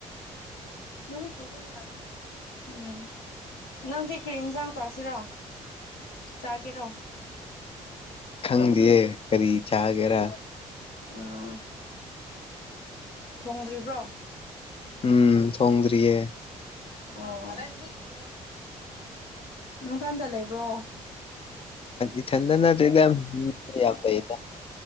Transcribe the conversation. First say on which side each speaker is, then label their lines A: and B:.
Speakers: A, on the left; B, on the left.
A: ꯅꯣꯡ ꯆꯨꯕꯒꯤ ꯂꯛꯄꯅꯦꯗ ꯎꯝ ꯅꯪꯗꯤ ꯀꯔꯤ ꯏꯟꯁꯪ ꯆꯁꯦꯔꯣ ꯆꯒꯦꯔꯣ
B: ꯈꯪꯗꯤꯌꯦ ꯀꯔꯤ ꯆꯒꯦꯔ
A: ꯎꯝ ꯊꯣꯡꯗ꯭ꯔꯤꯕ꯭ꯔꯣ
B: ꯎꯝ ꯊꯣꯡꯗ꯭ꯔꯤꯌꯦ
A: ꯑꯣ ꯎꯝ ꯅꯊꯟꯗ ꯂꯩꯕ꯭ꯔꯣ
B: ꯏꯊꯟꯗ ꯅꯠꯇꯦꯗ ꯃꯤꯌꯥꯝ ꯂꯩꯌꯦꯗ